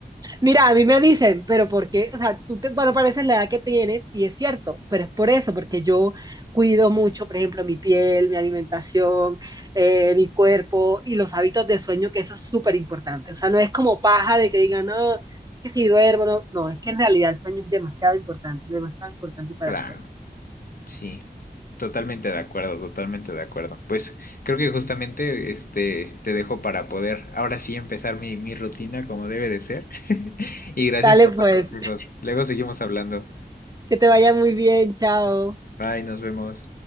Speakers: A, on the right; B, on the left.
A: Mira, a mí me dicen, pero ¿por qué? O sea, tú te, bueno, pareces la edad que tienes y es cierto, pero es por eso, porque yo cuido mucho, por ejemplo, mi piel, mi alimentación, eh, mi cuerpo y los hábitos de sueño, que eso es súper importante. O sea, no es como paja de que digan, no, que si duermo, no, no, es que en realidad el sueño es demasiado importante, demasiado importante para
B: Claro.
A: el cuerpo.
B: Sí, totalmente de acuerdo, totalmente de acuerdo. Pues creo que justamente este te dejo para poder ahora sí empezar mi, mi rutina como debe de ser. <laughs> Y gracias
A: Dale
B: por
A: pues,
B: los consejos. Luego seguimos hablando.
A: que te vaya muy bien, chao.
B: Bye, nos vemos.